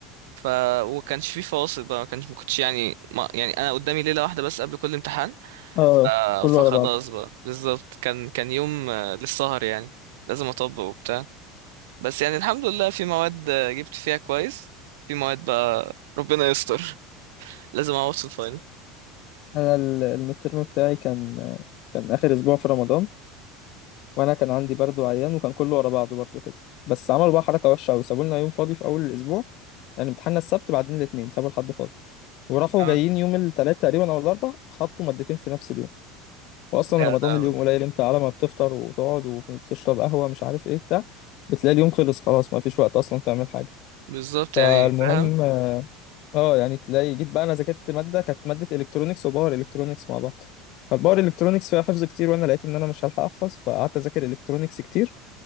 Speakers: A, on the right; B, on the left.
A: ف وكانش فيه فواصل بقى ما كانش ما كنتش يعني ما يعني انا قدامي ليله واحده بس قبل كل امتحان
B: آه
A: آه
B: كله
A: فخلاص
B: على بعض
A: بقى بالظبط كان كان يوم آه، للسهر يعني لازم اطبق وبتاع بس يعني الحمد لله في مواد جبت فيها كويس في مواد بقى ربنا يستر <laughs> لازم اعوض في الفاينل
B: انا ال- المترم بتاعي كان كان اخر اسبوع في رمضان وانا كان عندي برد وعيان وكان كله ورا بعضه برضه كده بس عملوا بقى حركه وحشه قوي سابوا لنا يوم فاضي في اول الاسبوع يعني امتحاننا السبت بعدين الاثنين سابوا الحد فاضي وراحوا
A: اه
B: جايين يوم الثلاث تقريبا او الاربع حطوا مادتين في نفس اليوم واصلا
A: لا
B: رمضان
A: لا
B: اليوم
A: هو.
B: قليل انت على ما بتفطر وتقعد وبتشرب قهوه مش عارف ايه بتاع بتلاقي اليوم خلص خلاص ما فيش وقت اصلا تعمل حاجه
A: بالظبط
B: فالمهم
A: يعني فاهم
B: اه يعني تلاقي جيت بقى انا ذاكرت ماده كانت ماده الكترونكس وباور الكترونكس مع بعض فالباور الكترونكس فيها حفظ كتير وانا لقيت ان انا مش هلحق احفظ فقعدت اذاكر الكترونكس كتير